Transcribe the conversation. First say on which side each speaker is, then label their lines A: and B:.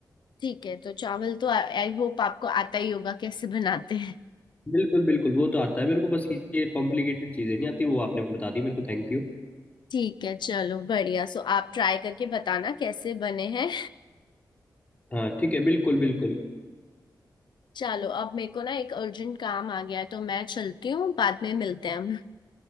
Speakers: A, on the left; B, on the left.
A: ठीक है तो चावल तो आई होप आपको आता ही होगा कैसे बनाते हैं
B: बिल्कुल बिल्कुल वो तो आता है मेरे को बस ये कॉम्प्लिकेटेड चीज़ें नहीं आती वो आपने बता दी मेरे को थैंक यू
A: ठीक है चलो बढ़िया सो आप ट्राई करके बताना कैसे बने हैं
B: हाँ ठीक है बिल्कुल बिल्कुल
A: चलो अब मेरे को ना एक अर्जेंट काम आ गया है तो मैं चलती हूँ बाद में मिलते हैं हम